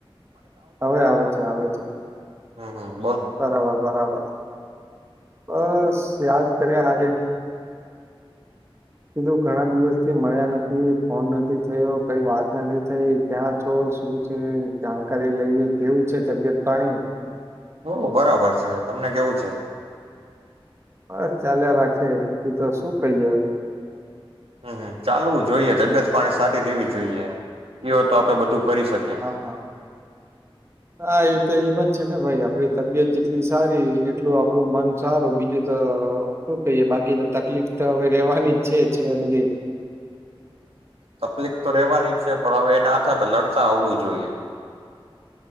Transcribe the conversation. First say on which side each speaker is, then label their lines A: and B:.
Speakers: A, on the right; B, on the right.
A: હવે આવે છે આવે છે.
B: હમ્મ, હમ્મ.
A: બરાબર, બરાબર. બસ યાદ કર્યા હારી. કીધું ઘણા દિવસ થી મળ્યા નથી, ફોન નથી થયો, કઈ વાત નથી થઈ, ક્યાં છો, શું છે, જાણકારી લઈએ, કેવી છે તબિયત પાણી?
B: હો! બરાબર છે, તમને કેવું છે?
A: બસ ચાલયા રાખે, બીધું તો શું કહીયે હવે.
B: હમ્મ હમ્મ ચાલવું જોઈએ તબિયત પાણી સારી રહેેવી જોઈએ એવ તો આપડે બધું. કરી શકીએ
A: હા, હા, હા એ તો એમજ છે ને ભાઈ, આપડી તબિયત જેટલી સારી એટલું આપડું મન સારું બીજું તો શું કહીએ બાકી તો તકલીફ. તો હવે, રેવાની છેજ. છેે, બધી.
B: તકલીફ તો રેવાની છે, પણ હવે એ ના થયા તો લડ તા આવડું જોઈએ.